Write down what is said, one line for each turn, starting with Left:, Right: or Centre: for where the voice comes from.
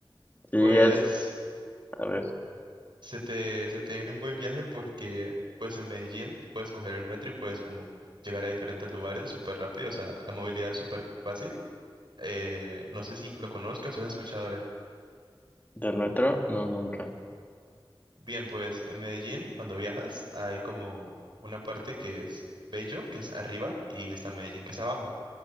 Left: Sí,
Right: Pues
Left: él, a ver,
Right: se te, se te viene un buen viaje porque pues en Medellín puedes coger el metro y puedes como llegar a diferentes lugares súper rápido. O sea, la movilidad es súper fácil. Eh, no sé si lo conozcas o has escuchado de él.
Left: del metro, no, nunca.
Right: Bien, pues en Medellín, cuando viajas, hay como una parte que es Bello, que es arriba, y está Medellín, que es abajo.